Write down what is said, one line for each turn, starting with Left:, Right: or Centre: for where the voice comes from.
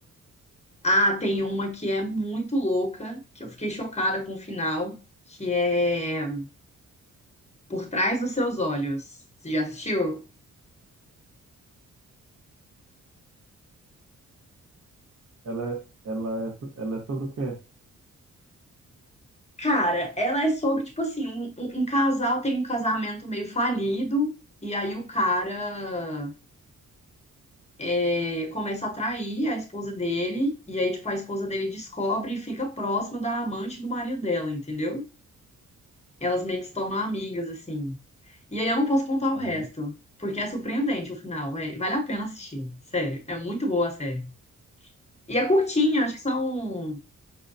Left: Ah, tem uma que é muito louca, que eu fiquei chocada com o final, que é Por Trás dos Seus Olhos. Você já assistiu?
Right: Ela, ela, é, so- ela é sobre o quê?
Left: Cara, ela é sobre, tipo assim, um, um- um casal tem um casamento meio falido, e aí o cara é, começa a trair a esposa dele, e aí, tipo, a esposa dele descobre e fica próxima da amante do marido dela, entendeu? Elas meio que se tornam amigas, assim. E aí eu não posso contar o
Right: Aham.
Left: resto, porque é surpreendente o final, é, vale a pena assistir, sério, é muito boa a série. E é curtinha, acho que são,